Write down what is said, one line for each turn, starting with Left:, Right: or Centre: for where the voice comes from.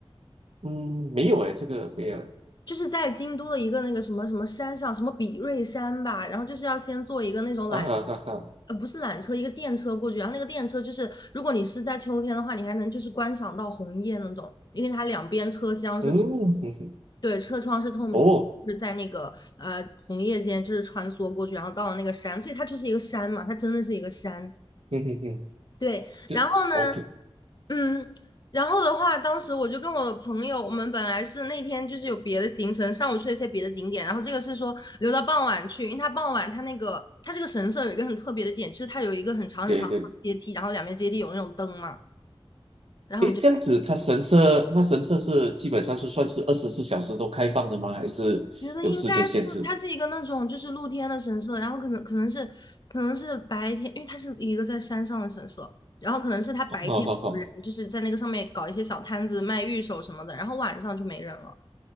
Right: 嗯，没有哎，这个没有
Left: 就是在京都的一个那个什么什么山上，什么比瑞山吧，然后就是要先坐一个那种缆，
Right: 啊哈哈哈，
Left: 呃，不是缆车，一个电车过去，然后那个电车就是，如果你是在秋天的话，你还能就是观赏到红叶那种，因为它两边车厢是透
Right: 嗯哼哼，
Left: 对，车窗是透明，
Right: 哦，
Left: 就是在那个呃红叶间就是穿梭过去，然后到了那个山，所以它就是一个山嘛，它真的是一个山。
Right: 嗯哼哼，
Left: 对，
Right: 这
Left: 然后呢，
Right: OK，
Left: 嗯，然后的话，当时我就跟我的朋友，我们本来是那天就是有别的行程，上午去了一些别的景点，然后这个是说留到傍晚去，因为它傍晚它那个它这个神社有一个很特别的点，就是它有一个很长很长的阶梯，
Right: 对对，
Left: 然后两边阶梯有那种灯嘛，然后我们就
Right: 哎，这样子，它神社，它神社是基本上是算是二十四小时都开放的吗？还是有时间限制？
Left: 觉得应该是它是一个那种就是露天的神社，然后可能可能是可能是白天，因为它是一个在山上的神社，然后可能是它白天有人就是在那个上面搞一些小摊子卖玉手什么的，
Right: 哦好好好。
Left: 然后晚上就没人了，